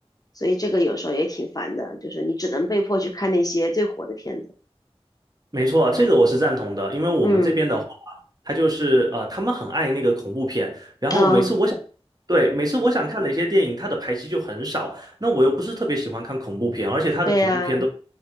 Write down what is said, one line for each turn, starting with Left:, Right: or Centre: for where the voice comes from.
Left: 所以这个有时候也挺烦的，就是你只能被迫去看那些最火的片子。
Right: 没错，这个我是赞同的，因为我们这边的嗯话，
Left: 嗯
Right: 他就是呃，他们很爱那个恐怖片，然后每次我想，
Left: 啊，
Right: 对，每次我想看的一些电影，它的排期就很少，那我又不是特别喜欢看恐怖片，而且它的恐怖片都，
Left: 对呀。